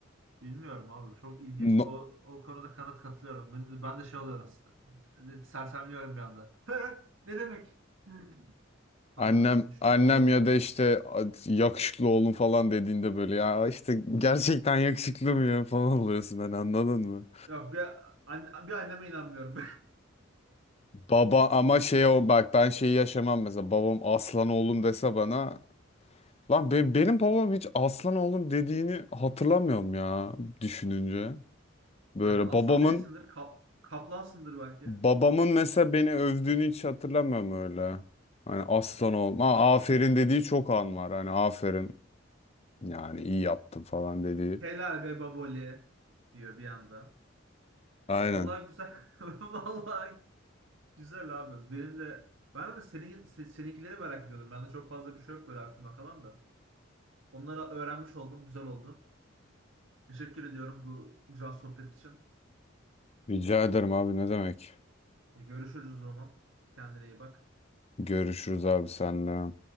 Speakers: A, on the right; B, on the left.
A: Bilmiyorum abi. Çok ilginç.
B: No-
A: O, o konuda kanıt katılıyorum. Ben de, ben de şey oluyorum. s- Sersemliyorum bir anda. Hı, Ne demek? Hı. Kalıyorum
B: Annem
A: böyle. Düşüp
B: annem
A: bayılıyorum.
B: ya da işte yakışıklı oğlum falan dediğinde böyle ya işte gerçekten yakışıklı mı ya falan oluyorsun hani anladın mı?
A: Yok bir, an bir anneme inanmıyorum.
B: Baba ama şey o bak ben şeyi yaşamam mesela babam aslan oğlum dese bana lan be- benim babam hiç aslan oğlum dediğini hatırlamıyorum ya düşününce.
A: <laughs>
B: Böyle
A: Belki aslan
B: babamın
A: değilsindir. Kap, kaplansındır belki.
B: babamın mesela beni övdüğünü hiç hatırlamıyorum öyle. Hani aslan oğlum ha, aferin dediği çok an var hani aferin yani iyi yaptın falan dediği.
A: Helal be baboli diyor bir anda.
B: Aynen.
A: Vallahi güzel. <laughs> Vallahi güzel abi. Benim de ben de senin, se- seninkileri merak ediyordum. Bende çok fazla bir şey yok böyle aklımda kalan da. Onlara öğrenmiş oldum. Güzel oldu. Teşekkür ediyorum bu güzel sohbet için.
B: Rica ederim abi ne demek.
A: E, Görüşürüz o zaman. Kendine iyi bak.
B: Görüşürüz abi senle.